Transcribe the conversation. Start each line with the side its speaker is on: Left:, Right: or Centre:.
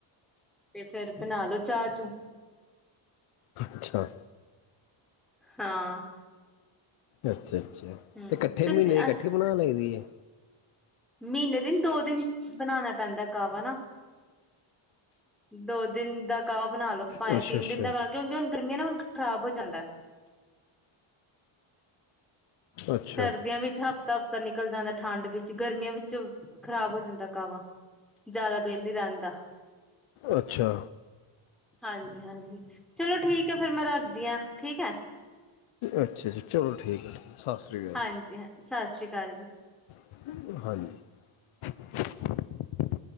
Centre: ਤੇ ਫੇਰ ਬਣਾ ਲੋ ਚਾਹ ਚੂ
Left: ਅੱਛਾ।
Centre: ਹਾਂ।
Left: ਅੱਛਾ ਅੱਛਾ
Centre: ਹਮ
Left: ਤੇ ਇਕੱਠੇ
Centre: ਤੁਸੀਂ
Left: ਮਹੀਨੇਂ ਦੀ ਇਕੱਠੀ
Centre: ਅੱਛਾ
Left: ਬਣਾਂ ਲਈ ਦੀ ਆ।
Centre: ਮਹੀਨੇ ਦਿਨ ਦੋ ਦਿਨ ਬਣਾਉਣਾ ਪੈਂਦਾਂ ਕਾਹਵਾ ਨਾਂ ਦੋ ਦਿਨ ਦਾ ਕਾਹਵਾ। ਬਣਾਂ ਲੋ ਭਾਵੇਂ
Left: ਅੱਛਾ
Centre: ਤਿੰਨ
Left: ਅੱਛਾ
Centre: ਦਿਨ ਦਾ ਬਣਾਂ ਲੋ ਕਿਉਂਕਿ ਹੁਣ ਗਰਮੀ ਆਂ ਨਾ ਹੁਣ ਖ਼ਰਾਬ ਹੋ ਜਾਂਦਾਂ।
Left: ਅੱਛਾ
Centre: ਸਰਦੀਆਂ ਵਿੱਚ ਹਫ਼ਤਾ ਹਫ਼ਤਾ ਨਿਕ। ਨਿਕਲ਼ ਜਾਂਦਾ ਠੰਡ ਵਿੱਚ। ਗਰਮੀਆਂ ਵਿੱਚ ਖ਼ਰਾਬ ਹੋ ਜਾਂਦਾ ਕਾਹਵਾ। ਜ਼ਿਆਦਾ ਦੇਰ ਨੀਂ ਰਹਿੰਦਾਂ।
Left: ਅੱਛਾ।
Centre: ਹਾਂਜੀ ਹਾਂਜੀ ਚਲੋਂ ਠੀਕ ਹੈਂ ਫਿਰ ਮੈਂ ਰੱਖਦੀ ਹਾਂ। ਠੀਕ ਹੈ।
Left: ਅੱਛਾ ਜੀ। ਚਲੋ ਠੀਕ ਹੈ। ਸਤਿ ਸ੍ਰੀ ਅਕਾਲ
Centre: ਹਾਂਜੀ ਹਾਂਜੀ ਸਤਿ ਸ਼੍ਰੀ ਅਕਾਲ। ਕੱਲ ਜੀ।
Left: ਹਾਂਜੀ।